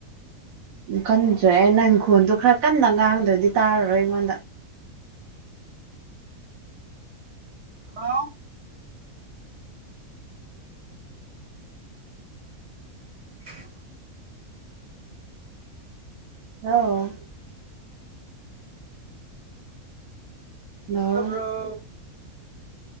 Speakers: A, on the right; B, on the right.
A: ꯀꯟꯗ꯭ꯔꯦ ꯅꯪꯈꯣꯜꯗꯣ ꯈꯔ ꯀꯟꯅ ꯉꯥꯡꯗ꯭ꯔꯗꯤ ꯇꯔꯔꯣꯏ ꯑꯩꯉꯣꯟꯗ
B: ꯍꯂꯣ <inaudible>
A: ꯂꯣ ꯂꯥꯎ
B: ꯇꯥꯕ꯭ꯔꯣ